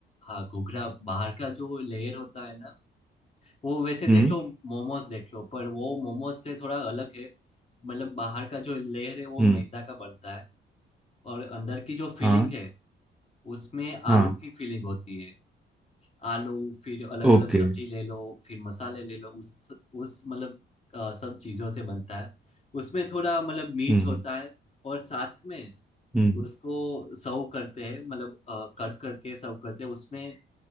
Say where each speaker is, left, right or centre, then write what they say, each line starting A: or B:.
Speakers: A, on the left (about 30°); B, in the centre.
A: हाँ घुघरा बाहर का जो लेयर होता है ना वो वैसे
B: हम्म
A: देख लो मोमोज देख लो पर वो मोमोज से थोड़ा अलग है मतलब बाहर का जो लेयर है वो
B: हम्म
A: मैदा का बनता है और अंदर की जो फीलिंग
B: हाँ
A: है उसमें
B: हाँ
A: आलू की फीलिंग होती है आलू फिर अलग
B: Okay
A: अलग सब्जी ले लो फिर मसाले ले लो उस उस मतलब अ, सब चीज़ों से बनता है उसमें थोड़ा मतलब मिर्च
B: Hmm
A: होता
B: Hmm
A: है और साथ में
B: Hmm,
A: उसको सर्व करते हैं मतलब कट करके सर्व करते हैं उसमें